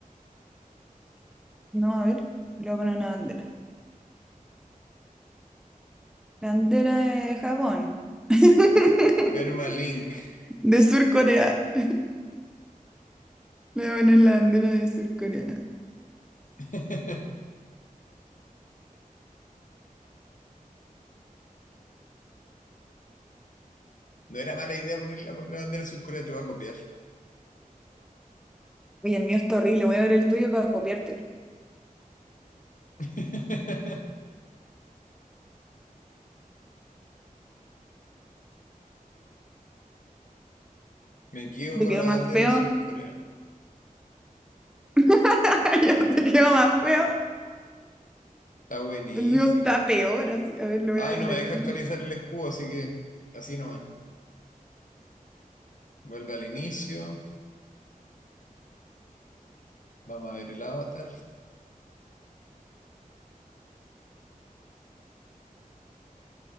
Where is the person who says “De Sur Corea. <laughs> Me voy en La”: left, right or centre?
Centre